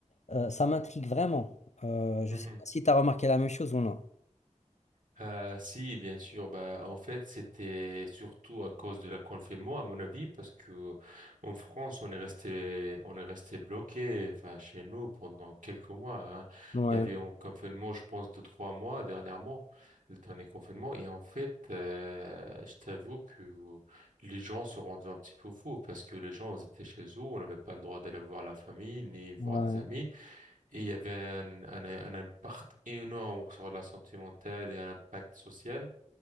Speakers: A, on the left (about 60°); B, on the right (about 85°).
A: euh, ça m'intrigue vraiment Euh, je
B: mhm.
A: sais pas si tu as remarqué la même chose ou non
B: Ah, si, bien sûr. Bah, en fait, c'était surtout à cause de la confinement, à mon avis, parce que en France, on est resté, on est resté bloqué, enfin, chez nous pendant quelques mois. hein.
A: Ouais,
B: Il y avait un confinement, je pense, de trois mois dernièrement, le dernier confinement. Et en fait, euh, je t'avoue que les gens se rendaient un petit peu fous parce que les gens ils étaient chez eux, on n'avait pas le droit d'aller voir la famille ni voir
A: ouais,
B: des amis. Et il y avait un, un, un impact énorme sur la santé mentale et un impact social.